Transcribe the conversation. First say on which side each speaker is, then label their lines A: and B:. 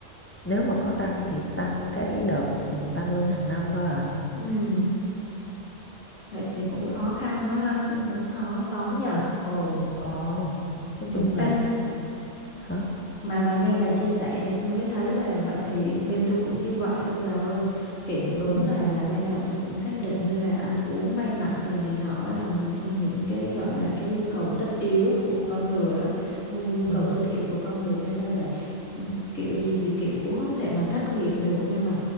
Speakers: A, on the left (about 20°); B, on the left (about 80°).
A: nếu mà có tăng thì tăng cái đợt ừ, tăng lương hàng năm thôi à
B: Ừ, vậy thì cũng
A: chứ
B: khó
A: mà
B: khăn quá ha, cũng cũng khó sống nhỉ. Ồ.
A: ờ nói
B: Ừ.
A: chung là
B: Ê,
A: hả
B: mà mà nghe bà chia sẻ thì tôi mới thấy là vậy thì bên tôi cũng như vậy thôi bà ơi. Kiểu đúng
A: ừ
B: là là ban đầu tôi cũng xác định như là ăn uống may mặc đồ này nọ đó là một trong những cái gọi là cái nhu cầu tất yếu của con người á, nhu, nhu cầu
A: ừ
B: tối thiểu của con người cho nên là ừ, kiểu gì thì kiểu cũng không thể mà thất nghiệp được nhưng mà